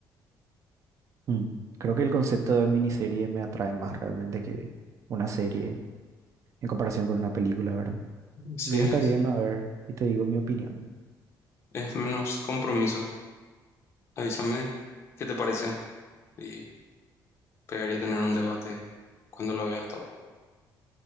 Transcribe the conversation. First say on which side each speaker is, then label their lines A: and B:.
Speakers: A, on the right; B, on the left.
A: Mm. Creo que el concepto de miniserie me atrae más realmente que una serie en comparación con una película, ¿verdad?
B: Sí,
A: Voy a estar
B: es,
A: viendo a ver y te digo mi opinión.
B: es menos compromiso. Avísame qué te parece y pegaría tener un debate cuando lo veas todo.